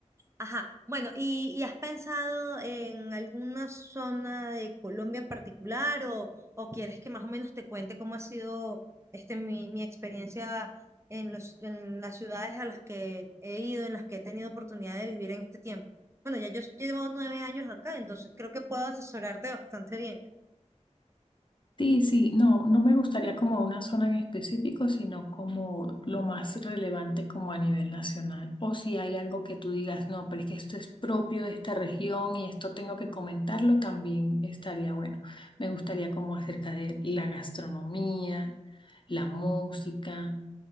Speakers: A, on the right (about 20°); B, on the left (about 40°).
A: Ajá. Bueno, ¿y, y has pensado en alguna zona de Colombia en particular o, o quieres que más o menos te cuente cómo ha sido este, mi, mi experiencia en los, en las ciudades a las que he ido, en las que he tenido oportunidad de vivir en este tiempo? Bueno, ya yo llevo nueve años acá, entonces creo que puedo asesorarte bastante bien.
B: Sí, sí, no, no me gustaría como una zona en específico, sino como lo más relevante como a nivel nacional. O si hay algo que tú digas, no, pero es que esto es propio de esta región y esto tengo que comentarlo, también estaría bueno. Me gustaría como acerca de la gastronomía, la música,